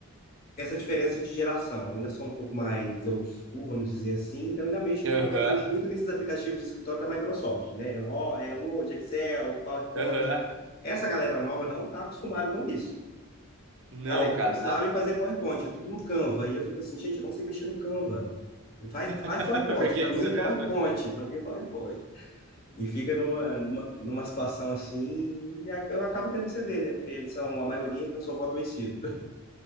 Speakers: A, on the left (about 45°); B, on the right (about 65°).
A: essa diferença de geração, eu ainda sou um pouco mais old school, vamos dizer assim, então ainda mexo
B: Aham,
A: muito, ainda mexo muito nesses aplicativos de escritório da Microsoft, né? Ó, é Word, Excel, PowerPoint.
B: aham.
A: Essa galera nova não está acostumada com isso.
B: Não,
A: Cara, eles
B: cara,
A: não sabem
B: nada.
A: fazer PowerPoint, é tudo no Canva. E eu fico assim, gente, eu não sei mexer no Canva. Faz, faz
B: <laughs>
A: PowerPoint,
B: Por que
A: para mim
B: que você
A: é PowerPoint,
B: fez? né?
A: para mim é PowerPoint. E fica numa, numa, numa situação assim, e a- eu acabo tendo que ceder, né? Porque eles são a maioria, então eu sou voto vencido. <laughs>